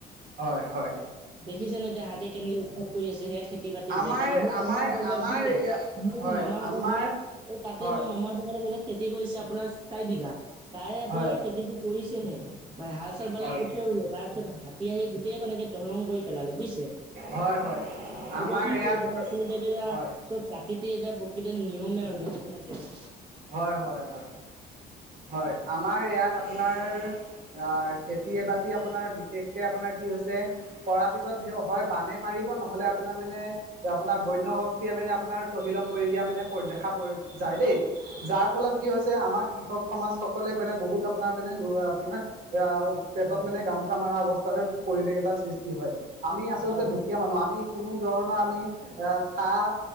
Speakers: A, on the right; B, on the right.
A: হয় হয়
B: অ' দেখিছে নে এতিয়া হাতী কেনেকে উৎপাত কৰি আছে। সেয়া খেতি বাতিৰ
A: আমাৰ
B: যেগা। মোৰ
A: আমাৰ
B: মামাহঁতৰ ঘৰত
A: আমাৰ
B: বুইছে মোৰ
A: হয়
B: মামাহতৰ
A: আমাৰ
B: ঘৰত তাতে
A: হয়
B: মোৰ মামাহঁতৰ ফালে খেতি কৰিছে আপোনাৰ চাৰি বিঘা তাৰে আপোনাৰ
A: হয়
B: খেতিটো কৰিছেহে মানে হাল চাল বালে
A: হয়
B: কঠিয়াও ৰুলে তাৰ পিছত হাতী আহি গ'ল। হাতীয়ে একদম তহিলং কৰি পেলালে বুজিছে।
A: হয় হয়
B: এতিয়া
A: আমাৰ
B: কি
A: ইয়াত
B: কৰিব কওকচোন এতিয়া এতিয়া
A: হয়
B: চব প্ৰাকৃতি এতিয়া সেটো নিয়মে আৰু দিয়কছোন একেবাৰে।
A: হয় হয় হয় হয়। আমাৰ ইয়াত আপোনাৰ আহ খেতিয়ে বাতি আপোনাৰ বিশেষকে আপোনাৰ কি হৈছে কৰাৰ পিছত সেই হয় বানে মাৰিব নহলে আপোনাৰ মানে আপোনাৰ বন্য হস্তীয়ে মানে আপোনাৰ তহিলং কৰি দিয়া মানে দেখা যায় দেই যাৰ ফলত কি হৈছে আমাৰ কৃষক সমাজ সকলে মানে বহুত আপোনাৰ মানে ল আপোনাৰ এ পেটত
B: হয়
A: মানে গামোচা মৰা অৱস্থা পৰিৱেশ এটাৰ সৃষ্টি হয়। আমি আচলতে
B: হয়
A: দুখীয়া
B: হয়
A: মানুহ। আমি কোনো ধৰণৰ আমি আহ সা